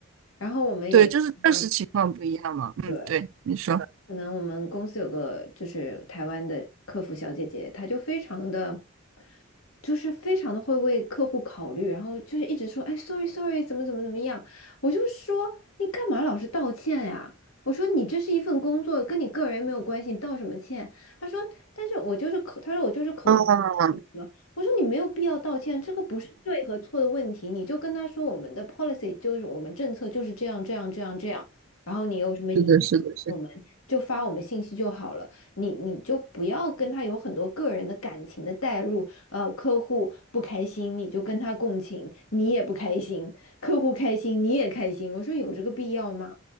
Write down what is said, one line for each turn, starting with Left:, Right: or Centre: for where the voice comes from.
Left: 然后我们有一，
Right: 对，就是确实情况不一样嘛。
Left: 嗯，
Right: 嗯，
Left: 对。
Right: 对，你说，
Left: 可能我们公司有个就是台湾的客服小姐姐，她就非常的，就是非常的会为客户考虑，然后就是一直说，哎，sorry sorry，怎么怎么怎么样，我就说你干嘛老是道歉呀？我说你这是一份工作，跟你个人没有关系，你道什么歉？她说，但是我就是口，她说我就是口头什么，
Right: 嗯，
Left: 我说你没有必要道歉，这个不是对和错的问题，你就跟他说我们的 policy 就是我们政策就是这样这样这样这样。然后你有什么疑义，
Right: 是的，是的，是的，
Left: 我们就发我们信息就好了。你你就不要跟他有很多个人的感情的代入，呃，客户不开心你就跟他共情，你也不开心，客户开心你也开心，我说有这个必要吗？